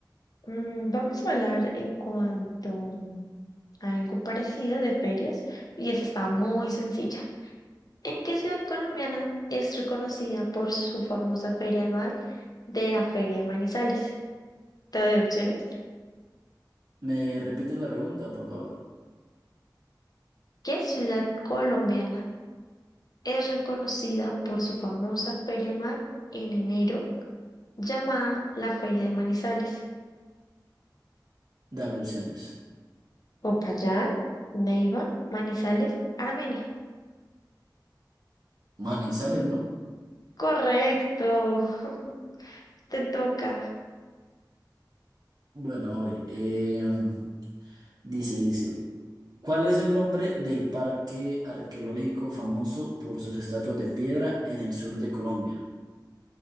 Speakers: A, on the left (about 55°); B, on the right (about 55°).
A: Mm, vamos a hablar en cuanto... algo parecido de ferias y esta está muy sencilla. ¿En qué ciudad colombiana es reconocida por su famosa feria anual de la Feria de Manizales? Te doy opciones.
B: ¿Me repites la pregunta, por favor?
A: ¿Qué ciudad colombiana es reconocida por su famosa feria anual en enero llamada la Feria de Manizales?
B: Dame opciones.
A: Popayán, Neiva, Manizales, Armenia.
B: Manizales, ¿no?
A: Correcto, <laughs> te toca.
B: Bueno, oye, em, dice, dice, ¿cuál es el nombre del parque arqueológico famoso por sus estatuas de piedra en el sur de Colombia?